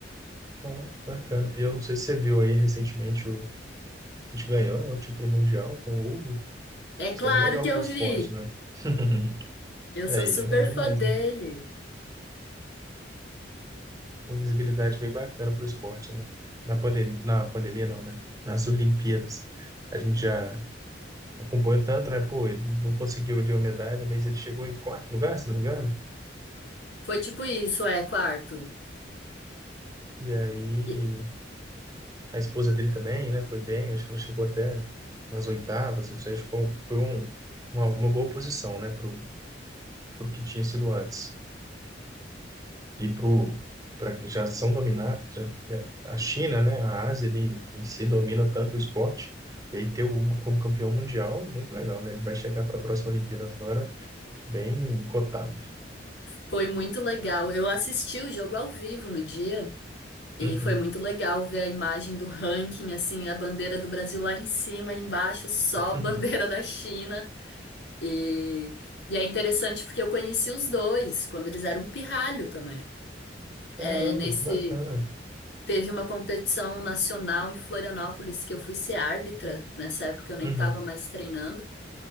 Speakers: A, on the right (about 20°); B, on the left (about 70°).
A: Ó, bacana. E eu não sei se você viu aí recentemente, o, a gente ganhou, né, o título mundial com o Hugo.
B: É claro
A: Isso é legal
B: que
A: para
B: eu
A: o esporte,
B: vi.
A: né? <laughs>
B: Eu sou
A: Aí,
B: super
A: legal demais,
B: fã dele.
A: né? Uma visibilidade bem bacana para o esporte, né? Na pandemia, na pandemia não, né? Nas Olimpíadas, a gente já acompanhou tanto, né? Pô, ele não conseguiu ali uma medalha, mas ele chegou em quarto lugar, se não me engano.
B: Foi tipo isso, é, quarto.
A: E aí,
B: E
A: a esposa dele também, né? Foi bem, acho que ela chegou até nas oitavas, não sei, acho que foi um, foi um, uma, uma boa posição, né? Pro, pro que tinha sido antes. e pro, pra, já são dominados. é, é, A China, né, a Ásia ali, em si domina tanto o esporte, e aí ter o Hugo como campeão mundial, muito legal, né? Ele vai chegar para a próxima Olimpíadas agora bem cotado.
B: foi muito legal. Eu assisti o jogo ao vivo no dia
A: Uhum.
B: e foi muito legal ver a imagem do ranking, assim, a bandeira do Brasil lá em cima, e embaixo só a <laughs> bandeira
A: Uhum.
B: da China. E, e é interessante porque eu conheci os dois quando eles eram um pirralho também.
A: Caramba,
B: É, nesse
A: que bacana.
B: teve uma competição nacional em Florianópolis que eu fui ser árbitra. Nessa época eu nem
A: Uhum.
B: estava mais treinando.